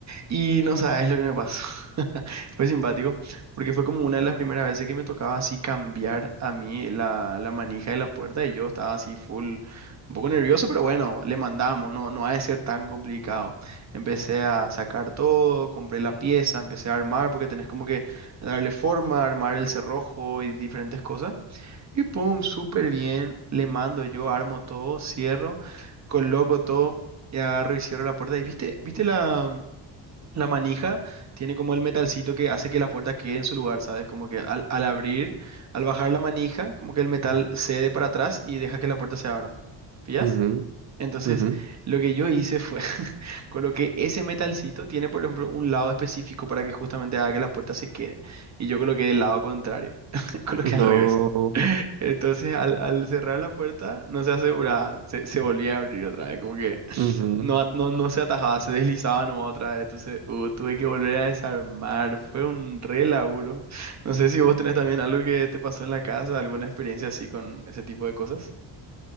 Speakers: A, on the right; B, on the right.
A: Y no sabes lo que me pasó. <laughs> Fue simpático, porque fue como una de las primeras veces que me tocaba así cambiar a mí la, la manija de la puerta y yo estaba así full, un poco nervioso, pero bueno, le mandamos, no, no ha de ser tan complicado. Empecé a sacar todo, compré la pieza, empecé a armar, porque tenés como que darle forma, armar el cerrojo y diferentes cosas. Y pum, súper bien, le mando yo, armo todo, cierro, coloco todo y agarro y cierro la puerta. Y viste, viste la... La manija tiene como el metalcito que hace que la puerta quede en su lugar, ¿sabes? Como que al, al abrir, al bajar la manija, como que el metal cede para atrás y deja que la puerta se abra. ¿Pillas?
B: ujú,
A: Entonces,
B: ujú.
A: lo que yo hice fue, <laughs> coloqué ese metalcito, tiene por ejemplo un lado específico para que justamente haga que la puerta se quede. Y yo coloqué el lado contrario, <laughs> coloqué
B: No.
A: al revés. <laughs> Entonces, al, al cerrar la puerta, no se aseguraba, se, se volvía a abrir otra vez, como que
B: ujú.
A: no, a- no, no se atajaba, se deslizaba nomás otra vez. Entonces, uh, tuve que volver a desarmar. Fue un re laburo. No sé si vos tenés también algo que te pasó en la casa, alguna experiencia así con ese tipo de cosas.